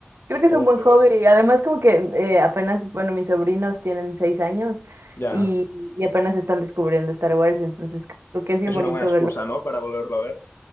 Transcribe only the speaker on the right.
Creo que
es un buen
hobby.
Además, como que eh, apenas, bueno, mis sobrinos tienen seis años
y, y apenas están descubriendo Star Wars, entonces creo que es bien
bonito
verlo